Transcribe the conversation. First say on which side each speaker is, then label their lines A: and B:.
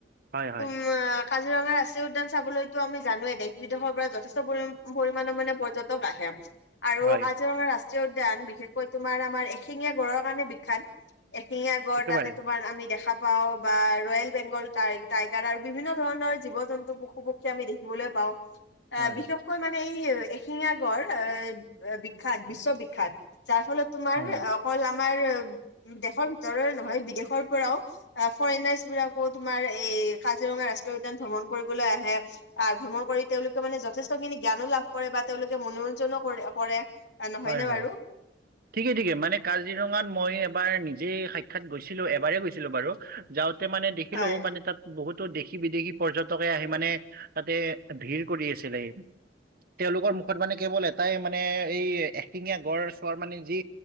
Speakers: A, on the right; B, on the left.
A: হয় হয়
B: তোমক কাজিৰঙা ৰাষ্ট্ৰীয় উদ্যান চাবলৈতো আমি জানোৱে দেশ বিদেশৰ পৰা যথেষ্ট পৰি পৰিমাণৰ মানে পৰ্যটক আহে আৰু
A: হয়
B: কাজিৰঙা ৰা ট্ৰীয় উদ্যান বিশেষকৈ তোমাৰ আমাৰ এশিঙীয়া গড়ৰ কাৰণে বিখ্যাত। এশিঙীয়া গড়
A: একেবাৰে
B: তাতে তোমাৰ আমি দেখা পাও বা ৰয়েল বেংগল টাই টাইগাৰাৰ বিভিন্ন ধৰণৰ জীৱ - জন্তু, পশু - পক্ষী আমি দেখিবলৈ পাওঁ। অ
A: হয়
B: বিশেষকৈ
A: হয় হয়
B: মানে এই এ শিঙীয়া গড় এ বিখ্যাত বিশ্ববিখ্যাত, যাৰ ফলত তোমাৰ
A: হয়
B: অ কল আমাৰ দেশৰ ভিতৰৰে নহয় বিদেশৰ পৰাও আহ ফৰেইনাৰ্চ বিলাকো তোমাৰ এই কাজিৰঙা ৰাষ্ট্ৰীয় উদ্যান ভ্ৰমণ কৰিবলৈ আহে। আৰ ভ্ৰমণ কৰি তেওঁলোকে মানে যথেষ্টখিনি জ্ঞানো লাভ কৰে বা তেওঁলোকে মনোৰঞ্জনো কৰে কৰে। নহয়নে
A: হয় হয়।
B: বাৰু
A: ঠিকে ঠিকে মানে কাজিৰঙাত মই এবাৰ নিজেই সাক্ষাৎ গৈছিলো এবাৰেই গৈছিলো বাৰু। যাওঁতে মানে দেখিলো
B: হয়
A: মানে তাত বহুতো দেশী - বিদেশী পৰ্যটকে আহি মানে তাতে ভিৰ কৰি আছিলে। তেওঁলোকৰ মুখত মানে কেৱল এটাই মানে এই এশিঙীয়া গড় চোৱাৰ মানে যি